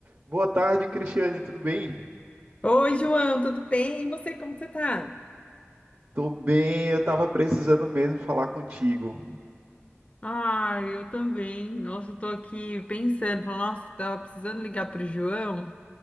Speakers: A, on the right; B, on the left.
A: Boa tarde, Cristiane, tudo bem?
B: Oi, João, tudo bem? E você, como você tá?
A: Tô bem, eu tava precisando mesmo falar contigo.
B: Ah, eu também. Nossa, eu tô aqui pensando, falando, nossa, tava precisando ligar pro João,